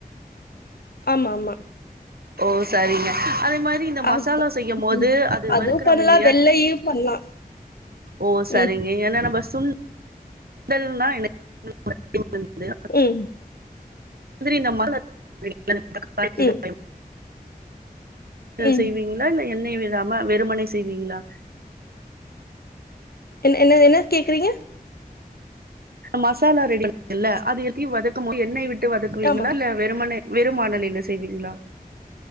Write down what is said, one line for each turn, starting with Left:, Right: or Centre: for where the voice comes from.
Left: ஆமா ஆமா
Right: ஓ சரிங்க அதெப் மாதிரி இந்த
Left: அதுதா
Right: மசாலா செய்யும் போது
Left: ம்
Right: அது
Left: அதுவு
Right: வறுக்கிறோம்
Left: பண்லா
Right: இல்லையா
Left: வெள்ளையு பண்லா
Right: ஓ சரிங்க
Left: ம்
Right: ஏன்னா நம்ப சுண் ண்டல்னா எனக்கு <unintelligible> <unintelligible>
Left: ம்
Right: திரி நம்மா <unintelligible> <unintelligible>
Left: ம்
Right: ந்த
Left: ம்
Right: செய்வீங்களா இல்ல என் எண்ணெயே விடாம வெறுமனே செய்வீங்களா
Left: என்- என்ன- என்ன கேக்குறீங்க
Right: மசாலா ரெடி பண்ணீங்கில்ல அது எப்படி வதக்கும் போது எண்ணெய் விட் து வதக்குவீங்களா
Left: ஆமா
Right: இல்ல வெறுமனே வெறும் மானலிலே செய்வீங்களா